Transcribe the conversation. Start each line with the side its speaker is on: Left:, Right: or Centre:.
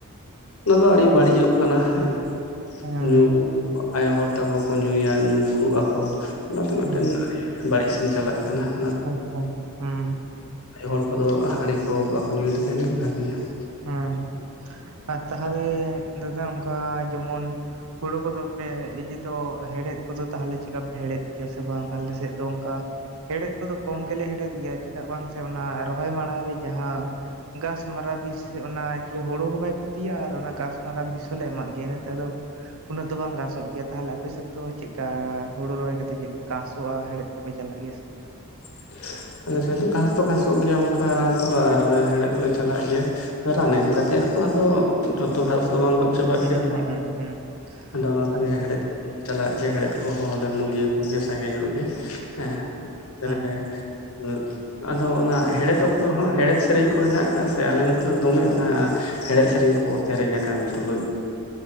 Left: ᱚᱱᱟ ᱫᱚ ᱟᱹᱰᱤ ᱵᱟᱹᱲᱤᱡᱚᱜ ᱠᱟᱱᱟ ᱦᱮᱸ ᱾
Right: ᱦᱮᱸ, ᱦᱮᱸ,
Left: ᱧᱩ ᱟᱭᱳ ᱦᱚᱲ ᱛᱟᱠᱚ ᱠᱚ ᱧᱩᱭᱟ ᱧᱩ ᱵᱩᱞᱩᱜ ᱟᱠᱚ ᱚᱱᱟ ᱫᱚ ᱢᱤᱫᱴᱮᱱ
Right: ᱦᱮᱸ,
Left: <inaudible> ᱵᱟᱹᱲᱤᱡ ᱥᱮᱱ ᱪᱟᱞᱟᱜ ᱠᱟᱱᱟ ᱾
Right: <unintelligible> ᱦᱩᱸ ᱾
Left: ᱟᱭᱳ ᱦᱚᱲ ᱠᱚᱫᱚ ᱦᱟᱺᱰᱤ ᱠᱚ ᱵᱟᱠᱚ ᱧᱩᱭ ᱞᱮᱠᱷᱟᱱ ᱜᱮ ᱵᱷᱟᱹᱜᱤᱭᱟ ᱾
Right: ᱦᱩᱸ ᱟᱨ ᱛᱟᱦᱟᱞᱮ ᱫᱟᱫᱟ ᱚᱝᱠᱟ ᱡᱮᱢᱚᱱ ᱦᱳᱲᱳ ᱠᱚᱫᱚ ᱯᱮ ᱤᱡᱤ ᱛᱚ ᱦᱮᱲᱦᱮᱫ ᱠᱚᱫᱚ ᱛᱟᱦᱞᱮ ᱪᱤᱠᱟᱯ ᱦᱮᱲᱦᱮᱫ ᱜᱮᱭᱟ ᱥᱮ ᱵᱟᱝ? ᱟᱞᱮ ᱥᱮᱫ ᱫᱚ ᱚᱱᱠᱟ ᱦᱮᱲᱦᱮᱫ ᱠᱚᱫᱚ ᱠᱚᱢ ᱜᱮᱞᱮ ᱦᱮᱲᱦᱮᱫ ᱜᱮᱭᱟ ᱪᱮᱫᱟᱜ ᱵᱟᱝ ᱥᱮ ᱚᱱᱟ ᱨᱚᱦᱚᱭ ᱢᱟᱲᱟᱝ ᱨᱮ ᱡᱟᱦᱟᱸ ᱜᱟᱸᱥ ᱢᱟᱨᱟ ᱵᱤᱥ ᱛᱮ ᱚᱱᱟ ᱠᱮ ᱦᱳᱲᱳ ᱦᱚᱸ ᱵᱟᱭ ᱠᱷᱩᱛᱤᱭᱟ ᱟᱨ ᱚᱱᱟ ᱜᱟᱸᱥ ᱢᱟᱨᱟ ᱵᱤᱥ ᱦᱚᱸ ᱞᱮ ᱮᱢᱟᱜ ᱜᱮᱭᱟ ᱤᱱᱟᱹᱛᱮ ᱟᱫᱚ, ᱩᱱᱟᱹᱜ ᱫᱚ ᱵᱟᱝ ᱜᱟᱥᱚᱸᱜ ᱜᱮᱭᱟ ᱛᱟᱦᱞᱮ ᱟᱯᱮ ᱥᱮᱫ ᱫᱚ ᱪᱤᱜᱠᱟ ᱦᱳᱲᱳ ᱨᱚᱦᱚᱭ ᱠᱟᱛᱮᱜ ᱪᱮᱫ ᱠᱟᱸᱥᱚᱜᱼᱟ ᱦᱮᱲᱮᱫ ᱾ ᱠᱚ ᱯᱮ ᱪᱟᱞᱟᱜ ᱜᱮᱭᱟ ᱥᱮ ᱪᱮᱫ?
Left: <inaudible> ᱟᱞᱮ ᱥᱮᱫ ᱫᱚ ᱜᱟᱸᱥ ᱫᱚ ᱜᱷᱟᱸᱥᱚᱜ ᱜᱮᱭᱟ ᱚᱝᱠᱟ ᱫᱚ ᱟᱨ ᱦᱮᱲᱮᱫ ᱦᱚᱸ ᱞᱮ ᱪᱟᱞᱟᱜ ᱜᱮᱭᱟ ᱾ ᱨᱟᱱ ᱮᱢ ᱠᱟᱛᱮᱜ ᱦᱚᱸ ᱟᱫᱚ, ᱡᱷᱚᱛᱚ ᱜᱷᱟᱥ ᱫᱚ ᱵᱟᱝ ᱜᱚᱡ
Right: ᱦᱩᱸ
Left: ᱪᱟᱵᱟᱜ
Right: ᱦᱩᱸ
Left: ᱜᱮᱭᱟ ᱛᱚ
Right: ᱦᱩᱸ ᱦᱩᱸ
Left: ᱟᱫᱚ ᱚᱱᱟᱛᱮ
Right: ᱛᱟᱦᱚᱞᱮ
Left: ᱦᱮᱲᱦᱮᱫ ᱾ ᱪᱟᱞᱟᱜ ᱜᱮᱭᱟ ᱦᱮᱲᱦᱮᱫ ᱠᱚᱦᱚᱸ ᱞᱮ ᱢᱩᱞᱤᱭᱟᱹ ᱠᱚᱜᱮ ᱥᱟᱸᱜᱮᱧᱚᱜ ᱜᱮ ᱦᱮᱸ <inaudible>
Right: ᱦᱮᱸ
Left: <inaudible> ᱟᱫᱚ ᱚᱱᱟ ᱦᱮᱲᱮᱫ ᱚᱠᱛᱚ ᱦᱚᱸ ᱦᱮᱲᱮᱡ ᱥᱮᱨᱮᱧ ᱠᱚ ᱦᱮᱱᱟᱜ ᱠᱟᱜᱼᱟ ᱥᱮ ᱟᱞᱮ ᱱᱚᱛᱮ ᱫᱚᱢᱮ ᱚᱱᱟ ᱦᱮᱲᱮᱡ ᱥᱮᱨᱮᱧ
Right: ᱟᱪᱪᱷᱟ
Left: ᱠᱚ ᱥᱮᱨᱮᱧᱟ ᱠᱟᱹᱢᱤ ᱛᱩᱞᱩᱡ